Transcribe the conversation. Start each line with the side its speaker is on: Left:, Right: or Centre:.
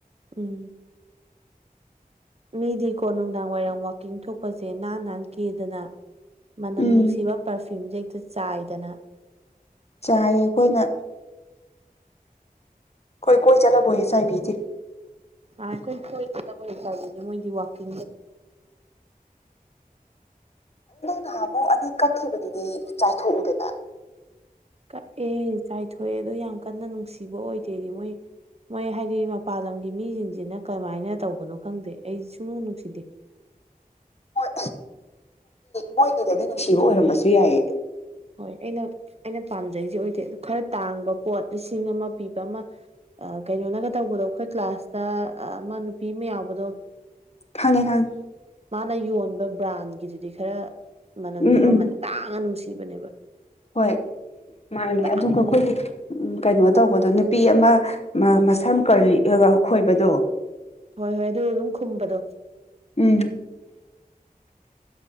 Right: ꯎꯝ ꯃꯤꯗꯤꯀꯣ ꯅꯨꯡꯗꯥꯡ ꯋꯥꯏꯔꯝ ꯋꯥꯀꯤꯡ ꯊꯣꯛꯄꯁꯦ ꯅꯥꯟ ꯅꯥꯟ ꯀꯦꯗꯅ ꯃꯅꯝ
Left: ꯎꯝ
Right: ꯅꯨꯡꯁꯤꯕ__ ꯄꯔꯐ꯭ꯌꯨꯝꯁꯦ ꯍꯦꯛꯇ ꯆꯥꯏꯗꯅ
Left: ꯆꯥꯏꯌꯦ ꯑꯩꯈꯣꯏꯅ ꯈꯣꯏ ꯀꯣꯏ ꯆꯠꯂꯕꯧ ꯍꯦꯛ ꯆꯥꯏꯕꯤꯗꯦ
Right: ꯑ ꯀ ꯆ ꯋꯥꯀꯤ
Left: ꯅꯍꯥꯃꯨꯛ ꯑꯅꯤ ꯀꯛꯈꯤꯕꯗꯨꯗꯤ ꯆꯥꯏꯊꯣꯛꯎꯗꯅ
Right: ꯀꯛꯑꯦ ꯆꯥꯏꯊꯣꯛꯑꯦ ꯑꯗꯣ ꯌꯥꯝ ꯀꯟꯅ ꯅꯨꯡꯁꯤꯕ ꯑꯣꯏꯗꯦꯗꯤ ꯃꯣꯏ ꯃꯣꯏ ꯍꯥꯏꯗꯤ ꯃꯄꯥꯟ ꯂꯝꯒꯤ ꯃꯤꯁꯤꯡꯁꯤꯅ ꯀꯃꯥꯏꯅ ꯇꯧꯕꯅꯣ ꯈꯪꯗꯦ ꯑꯩꯗꯤ ꯁꯨꯡꯅꯨꯡ ꯅꯨꯡꯁꯤꯗꯦ
Left: ꯃꯣꯏ ꯃꯣꯏꯒꯤꯗꯗꯤ ꯅꯨꯡꯁꯤꯕ ꯑꯣꯏꯔꯝꯕꯁꯨ ꯌꯥꯏꯌꯦ ꯑꯗꯨ
Right: ꯍꯣꯏ ꯑꯩꯅ ꯑꯩꯅ ꯄꯥꯝꯖꯩꯁꯦ ꯑꯣꯏꯗꯦ ꯑ ꯈꯔ ꯇꯥꯡꯕ ꯄꯣꯠ ꯂꯤꯁꯤꯡ ꯑꯃ ꯄꯤꯕ ꯑꯃ ꯀꯩꯅꯣꯅꯒ ꯇꯧꯕꯗꯣ ꯑꯩꯈꯣꯏ ꯀ꯭ꯂꯥꯁꯇ ꯑꯃ ꯅꯨꯄꯤ ꯑꯃ ꯌꯥꯎꯕꯗꯣ
Left: ꯐꯪꯉꯦ ꯐꯪꯉꯦ
Right: ꯃꯥꯅ ꯌꯣꯟꯕ ꯕ꯭ꯔꯥꯟꯒꯤꯗꯨꯗꯤ ꯈꯔ ꯃꯅꯝ
Left: ꯎꯝ
Right: ꯃꯃꯜ
Left: ꯎꯝ
Right: ꯇꯥꯡꯉ ꯅꯨꯡꯁꯤꯕ ꯕ
Left: ꯍꯣꯏ ꯃꯥꯅꯦ
Right: ꯇꯥꯡꯕꯅꯤꯅ
Left: ꯑꯗꯨꯒ ꯑꯩꯈꯣꯏꯒꯤ ꯎ ꯀꯩꯅꯣ ꯇꯧꯕꯗꯣ ꯅꯨꯄꯤ ꯑꯃ ꯃꯁꯝ ꯀ ꯈꯣꯏꯕꯗꯣ
Right: ꯍꯣꯏ ꯍꯣꯏ ꯑꯗꯨ ꯑꯗꯨꯝ ꯈꯨꯝꯕꯗꯣ
Left: ꯎꯝ